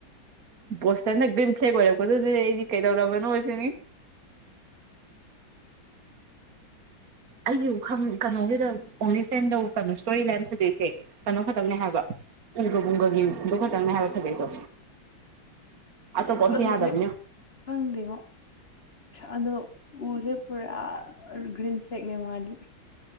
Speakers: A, on the right; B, on the left.
A: ꯕꯣꯁꯇꯟꯅ ꯒ꯭ꯔꯤꯟ ꯐ꯭ꯂꯦꯛ ꯑꯣꯏꯔꯛꯄ ꯗꯨꯗꯤ ꯑꯩꯗꯤ ꯀꯩꯗꯧꯔꯕꯅꯣ ꯁꯤꯅꯤ ꯑꯩꯒꯤ ꯎꯈꯪ ꯀꯩꯅꯣꯒꯤꯗ ꯑꯣꯡꯂꯤ ꯐ꯭ꯔꯦꯟꯗ ꯀꯩꯅꯣ ꯏꯁꯇꯣꯔꯤ ꯂꯩꯅ ꯐꯖꯩꯁꯦ ꯀꯩꯅꯣ ꯈꯛꯇꯪꯅꯦ ꯍꯥꯏꯕ ꯎꯒꯕꯨꯡꯒꯒꯤꯗ ꯈꯛꯇꯪꯅꯦ ꯍꯥꯏꯕ ꯐꯖꯩꯗꯣ ꯑꯇꯣꯞꯄ ꯑꯝꯇ
B: ꯑꯗꯨꯔꯦ
A: ꯌꯥꯗꯕꯅꯤ
B: ꯐꯪꯗꯦꯉꯣ ꯑꯗꯣ ꯎꯁꯦ ꯄꯨꯔꯥ ꯒ꯭ꯔꯤꯟ ꯁꯦꯛꯅꯦ ꯃꯥꯜꯂꯤ